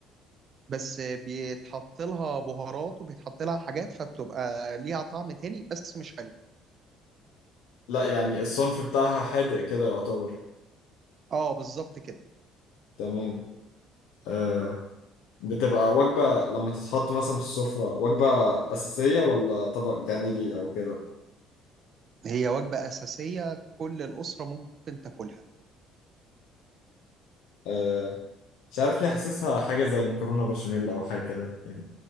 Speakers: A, on the right (about 40°); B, on the left (about 80°).
A: بس آه، بيتحط لها بهارات وبيتحط لها حاجات فبتبقى ليها طعم تاني بس مش حلو
B: لا يعني الصنف بتاعها حادق كده يعتبر
A: اه بالظبط كده
B: تمام آه بتبقى وجبة لما تتحط مثلا في السفرة وجبة أساسية ولا طبق جانبي أو كده
A: هي وجبه اساسيه كل الاسره ممكن تاكلها
B: آه مش عارف ليه حاسسها حاجة زي مكرونة بشاميل أو حاجة كده يعني